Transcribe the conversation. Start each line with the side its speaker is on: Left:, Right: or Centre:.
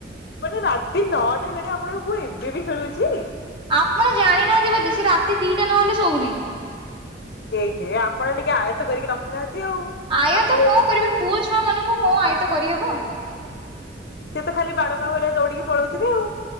Left: ମାନେ ରାତି ନଅଟା ହେଲାଣି। ଆପଣଙ୍କ ପୁଅ ଏବେ ବି ଖେଳୁଛି?
Right: ଆପଣ ଜାଣିନାହାନ୍ତି ବୋଧେ, ସେ ରାତି ଦିଟା ନହେଲେ, ଶୋଉନି।
Left: ଏହେ, ଆପଣ ଟିକେ ଆୟତ, କରିକି ରଖିନାହାନ୍ତି। ଆଉ।
Right: ଆୟତ
Left: ଆ ପୁଅ
Right: କଣ କରିବି? ପୁଅ ଛୁଆ ମାନଙ୍କୁ କଣ, ଆୟତ କରିହେବ?
Left: ସିଏ ତ ଖାଲି ବାଳୁଙ୍ଗା ଭଳିଆ, ଦୌଡିକି ପଳଉଥିବେ, ଆଉ।